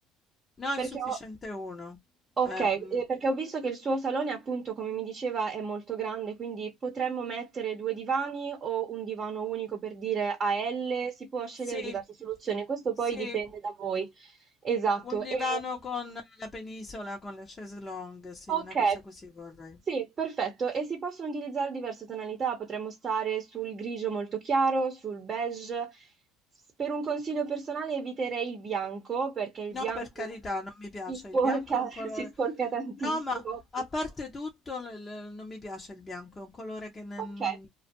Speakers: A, on the left (about 25°); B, on the right (about 35°).
A: No, è
B: Perché
A: sufficiente
B: ho...
A: uno.
B: Ok,
A: Eh,
B: eh,
A: mm,
B: perché ho visto che il suo salone, appunto, come mi diceva, è molto grande, quindi potremmo mettere due divani o un divano unico per dire a L, si può scegliere
A: sì,
B: diverse soluzioni, questo
A: sì,
B: poi dipende da voi. Esatto.
A: un divano
B: E...
A: con la penisola, con le chaise longue, sì,
B: Ok,
A: una cosa così vorrei.
B: sì, perfetto. E si possono utilizzare diverse tonalità, potremmo stare sul grigio molto chiaro, sul beige. S- Per un consiglio personale eviterei il bianco, perché il
A: No,
B: bianco
A: per carità, non mi piace.
B: si sporca,
A: Il bianco è un
B: <laughs>
A: colore...
B: si sporca tantissimo.
A: No, ma a parte tutto, l- l- non mi piace il bianco, è un colore che nen-
B: Ok.